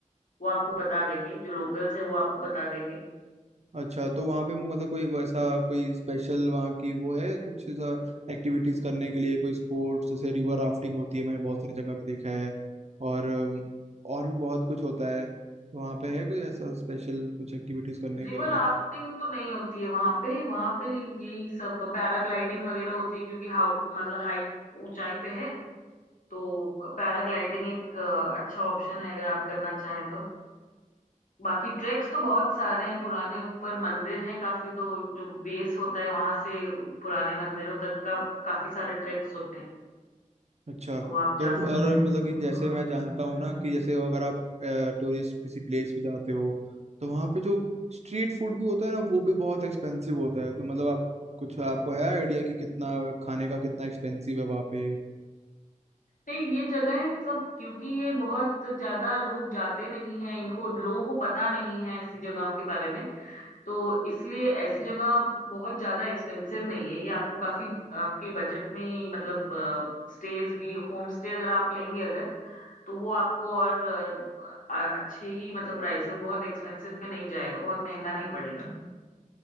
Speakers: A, on the left; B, on the right.
A: वो आपको बता देंगे जो लोकल्स है वो आपको बता देंगे
B: अच्छा तो वहाँ पे मतलब कोई वैसा कोई स्पेशल वहाँ की वो है कुछ ऐसा एक्टिविटीज करने के लिए कोई स्पोर्ट्स जैसे रिवर राफ्टिंग होती है मैंने बहुत सारी जगह पे देखा है और अम, और भी बहुत कुछ होता है तो वहाँ पे है कोई ऐसा स्पेशल कुछ एक्टिविटीज करने
A: रिवर
B: के लिए
A: राफ्टिंग तो नहीं होती है वहां पे वहां पे यही सब पैराग्लाइडिंग वगैरह होती है क्योंकि हाउ मतलब हाइट ऊंचाई पे है तो पैराग्लाइडिंग एक अ, अच्छा ऑप्शन है अगर आप करना चाहें तो बाकी ट्रैक्स तो बहुत सारे हैं पुराने ऊपर मंदिर हैं काफी तो जो बेस होता है वहां से पुराने मंदिरों तक का काफी सारे ट्रैक्स होते हैं
B: अच्छा
A: तो आप
B: तो
A: जा सकते
B: और
A: हैं
B: मतलब कि जैसे मैं
A: <laughs>
B: जानता हूँ ना कि जैसे अगर आप टूरिस्ट किसी प्लेस पे जाते हो तो वहाँ पे जो स्ट्रीट फूड भी होता है ना वो भी बहुत एक्सपेंसिव होता है तो मतलब आप कुछ आपको है आइडिया कि कितना खाने का कितना एक्सपेंसिव है वहाँ पे
A: नहीं ये जगहें सब क्योंकि ये बहुत ज्यादा लोग जाते नहीं हैं इनको लोगों को पता नहीं है ऐसी जगहों के बारे में तो इसलिए ऐसी जगह बहुत ज्यादा एक्सपेंसिव नहीं है ये आपको काफी आपके बजट में ही मतलब स्टेज भी होम स्टे अगर आप लेंगे अगर तो वो आपको और अ, अ- अच्छे ही मतलब प्राइसेस बहुत एक्सपेंसिव पे नहीं जाएगा बहुत महंगा नहीं पड़ेगा